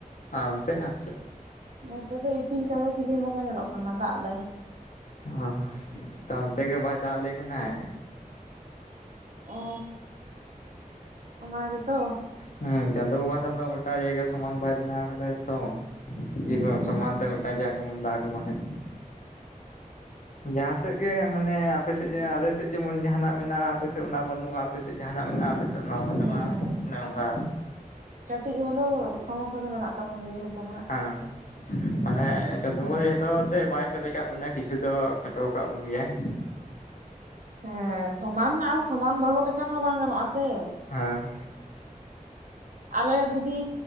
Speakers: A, on the left; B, on the right.
A: ᱟ ᱚᱱᱛᱮ ᱱᱷᱟᱜ
B: ᱱᱚᱛᱮ ᱫᱚ ᱤᱯᱤᱞ ᱪᱟᱸᱫᱚ ᱪᱤᱞᱤ ᱦᱚᱸ ᱵᱟᱠᱚ ᱧᱮᱞᱚᱜ ᱠᱟᱱᱟ ᱫᱟᱜ ᱫᱟᱭ᱾
A: ᱟᱸᱦ ᱛᱚ ᱱᱚᱱᱛᱮ ᱵᱟᱭ ᱫᱟᱜ ᱟᱞᱮ ᱠᱟᱱᱟᱭ᱾
B: ᱚᱻ ᱚᱱᱟ ᱜᱮᱛᱚ!
A: ᱦᱩᱸ, ᱪᱟᱸᱫᱚ ᱵᱚᱸᱜᱟ ᱴᱟᱜ ᱫᱚ ᱜᱚᱴᱟ ᱡᱟᱭᱜᱟ ᱥᱚᱢᱟᱱ ᱵᱟᱭ ᱵᱮᱱᱟᱣ ᱟᱠᱟᱫᱟ ᱛᱚ᱾
B: ᱦᱩᱸ
A: <unintelligible> ᱥᱚᱢᱟᱱ ᱛᱮ <unintelligible> ᱡᱟᱦᱟᱸ ᱥᱮᱫ ᱜᱮ ᱢᱟᱱᱮ ᱟᱯᱮᱥᱮᱫ ᱡᱟᱦᱟᱸ ᱟᱞᱮᱥᱮᱫ ᱡᱮᱢᱚᱱ ᱡᱟᱦᱟᱱᱟᱜ ᱢᱮᱱᱟᱜᱼᱟ ᱟᱯᱮᱥᱮᱫ ᱚᱱᱟ ᱵᱟᱹᱱᱩᱜᱼᱟ, ᱟᱯᱮᱥᱮᱫ ᱡᱟᱦᱟᱱᱟᱜ ᱢᱮᱱᱟᱜᱼᱟ ᱟᱞᱮᱥᱮ ᱱᱚᱶᱟ ᱦᱚᱸ
B: ᱦᱮᱸ
A: ᱛᱚ ᱵᱟ ᱱᱚᱝᱠᱟ᱾
B: ᱠᱟᱹᱴᱤᱡ ᱦᱩᱱᱟᱹᱝᱚᱜ, ᱥᱚᱢᱚᱥᱥᱟ ᱫᱚ ᱢᱮᱱᱟᱜ ᱛᱟᱵᱚᱱ ᱜᱮᱭᱟ ᱡᱷᱚᱛᱚ ᱦᱚᱲᱟᱜ᱾
A: ᱦᱟᱸ ᱦᱟᱸ᱾ ᱯᱟᱞᱮᱜ ᱪᱟᱸᱫᱚ ᱵᱚᱸᱜᱟ ᱫᱚ ᱡᱚᱛᱚ ᱦᱚᱲ ᱛᱮ ᱵᱟᱭ ᱯᱮᱨᱮᱡ ᱠᱟᱜ ᱵᱚᱱᱟ ᱠᱤᱪᱷᱩ ᱫᱚ ᱠᱷᱴᱚᱣ ᱟᱠᱟᱜ ᱵᱚᱱ ᱜᱮᱭᱟᱭ᱾
B: ᱦᱮᱸ, ᱥᱚᱢᱟᱱ ᱟᱨ ᱥᱚᱢᱟᱱ ᱫᱚᱦᱚ ᱞᱮᱠᱷᱟᱱ ᱦᱚᱸ ᱵᱟᱝ ᱜᱟᱱᱚᱜᱼᱟ ᱥᱮ᱾
A: ᱦᱟᱸ᱾
B: ᱟᱞᱮ ᱡᱩᱫᱤ